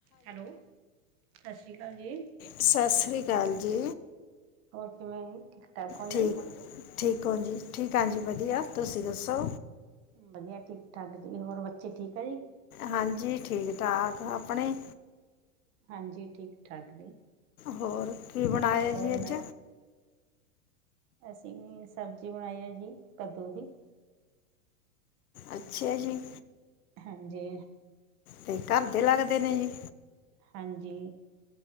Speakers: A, on the right (about 35°); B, on the left (about 85°).
A: Hello, ਸਤਿ ਸ਼੍ਰੀ ਅਕਾਲ ਜੀ।
B: ਸਤਿ ਸ਼੍ਰੀ ਅਕਾਲ ਜੀ,
A: ਹੋਰ ਕਿਵੇਂ ਔ ਠੀਕ ਹੋ ਹਾ
B: ਠੀਕ
A: ਜੀ।
B: ਠੀਕ ਹੋ ਜੀ ਠੀਕ ਹਾਂ ਜੀ, ਵਧੀਆ ਤੁਸੀਂ ਦੱਸੋ।
A: ਵਧੀਆ ਠੀਕ ਠਾਕ ਜੀ ਹੋਰ ਬੱਚੇ ਠੀਕ ਆ ਜੀ,
B: ਹਾਂਜੀ, ਠੀਕ ਠਾਕ ਆਪਣੇ,
A: ਹਾਂਜੀ ਠੀਕ, ਠਾਕ ਜੀ,
B: ਹੋਰ ਕੀ ਬਣਾਇਆ ਜੀ
A: ਹੋਰ
B: ਅੱਜ
A: ਮੈਂ ਅਸੀਂ ਵੀ ਸਬਜ਼ੀ ਬਣਾਈ ਹੈ ਜੀ ਕੱਦੂ ਦੀ
B: ਅੱਛਾ ਜੀ,
A: ਹਾਂਜੀ,
B: ਤੇ ਘਰ ਦੇ ਲਗਦੇ ਨੇ ਜੀ
A: ਹਾਂਜੀ,